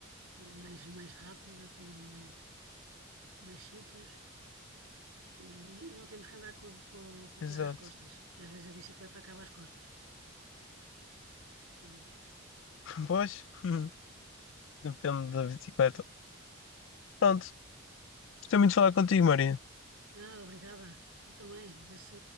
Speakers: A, on the right (about 75°); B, on the left (about 65°).
A: que é mais, mais rápida para ir mais, mais sítios e, e- e não temos que andar com, a- com a- com o
B: Exato.
A: carro às costas, que às vezes a bicicleta acaba às costas. E-
B: <laughs> Pois, <laughs> depende da bicicleta. Pronto, gostei muito de
A: tu-
B: falar contigo, Maria.
A: ah, obrigada. Eu também. Vê se,